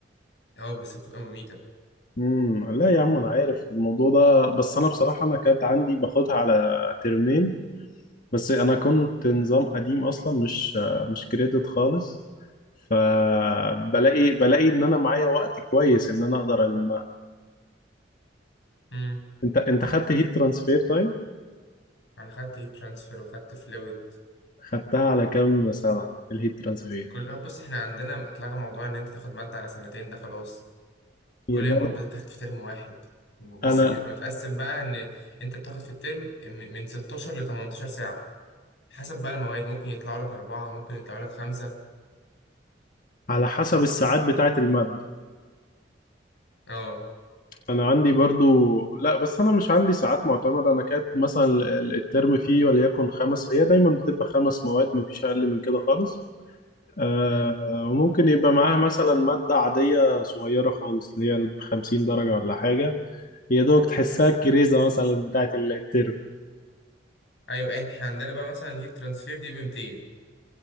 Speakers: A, on the left; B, on the left.
A: اه بس بتبقى مميتة
B: امم لا يا عم انا عارف الموضوع ده بس انا بصراحه انا كانت عندي باخدها على ترمين بس انا كنت نظام قديم اصلا مش مش كريدت خالص فبلاقي بلاقي ان انا معايا وقت كويس ان انا اقدر المها
A: امم
B: انت انت خدت هيت ترانسفير طيب
A: انا خدت هيت ترانسفير وخدت فلويد
B: خدتها على كام سنه الهيت ترانسفير
A: كل آه، بص احنا عندنا اتلغى موضوع ان انت تاخد مادة على سنتين ده خلاص
B: هي
A: كل
B: جامدة
A: المواد بتتاخد في ترم واحد بس
B: انا
A: بيبقى متقسم بقى ان انت بتاخد في الترم م- من 16 ل 18 ساعة حسب بقى المواد ممكن يطلعوا لك أربعة ممكن يطلعوا لك خمسة
B: على حسب الساعات بتاعه الماده
A: اه
B: انا عندي برضو لا بس انا مش عندي ساعات معتمده انا كانت مثلا ال- ال- الترم فيه وليكن خمس هي دايما بتبقى خمس مواد مفيش اقل من كده خالص آه
A: امم
B: وممكن يبقى معاها مثلا ماده عاديه صغيره خالص اللي هي ب 50 درجه ولا حاجه يا دوبك تحسها الكريزه مثلا بتاعه ال- الترم
A: ايوه احنا عندنا بقى مثلا الهيت ترانسفير دي ب 200